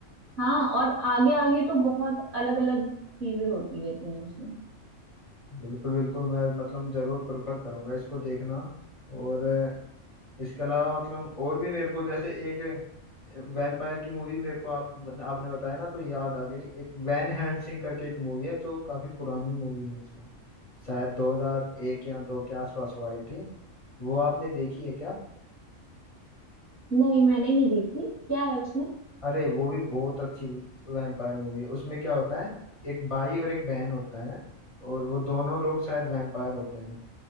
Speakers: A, on the right (about 15°); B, on the left (about 35°).
A: हाँ और आगे आगे तो बहुत अलग अलग चीजें होती रहती हैं उसमें
B: बिल्कुल बिल्कुल मैं मतलब जरूर प्रेफर करूंगा इसको देखना और इसके अलावा मतलब और भी मेरे को जैसे एक वैम्पायर की मूवी मेरे को आप आपने बताया ना तो याद आ गई एक वैन हेल्सिंग करके एक मूवी है जो काफी पुरानी मूवी है मतलब शायद 2001 या दो के आसपास वो आई थी वो आपने देखी है क्या
A: नहीं मैंने नहीं देखी क्या है उसमें
B: अरे वो भी बहुत अच्छी वैम्पायर मूवी है उसमें क्या होता है एक भाई और एक बहन होता है और वो दोनों लोग शायद वैम्पायर होते हैं